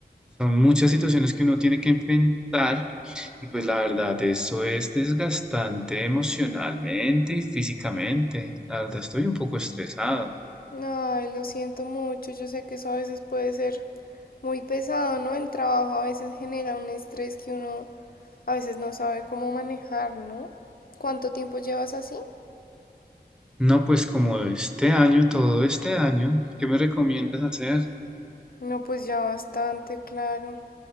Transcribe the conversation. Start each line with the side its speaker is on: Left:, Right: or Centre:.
Centre: Son muchas situaciones que uno tiene que enfrentar y pues la verdad, eso es desgastante emocionalmente y físicamente. La verdad, estoy un poco estresado.
Left: Ay, lo siento mucho. Yo sé que eso a veces puede ser muy pesado, ¿no? El trabajo a veces genera un estrés que uno a veces no sabe cómo manejar, ¿no? ¿Cuánto tiempo llevas así?
Centre: No, pues como este año, todo este año, ¿qué me recomiendas hacer?
Left: No, pues ya bastante, claro.